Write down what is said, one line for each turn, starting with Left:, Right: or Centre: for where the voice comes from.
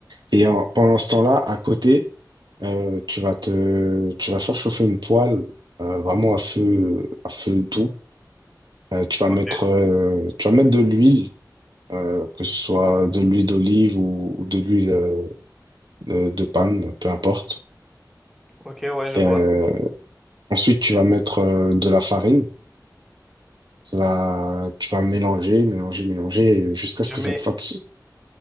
Right: et en- pendant ce temps-là, à côté, euh, tu vas te, tu vas faire chauffer une poêle euh, vraiment à feu, à feu doux. Euh, tu vas
Centre: Ok,
Right: mettre, euh, tu vas mettre de l'huile, euh, que ce soit de l'huile d'olive ou, ou de l'huile euh, de, de palme, peu importe.
Centre: ok, ouais, je
Right: Et,
Centre: vois.
Right: euh, ensuite, tu vas mettre euh, de la farine. Tu vas, tu vas mélanger, mélanger, mélanger euh, jusqu'à ce
Centre: Je
Right: que
Centre: mets
Right: ça te fatigue.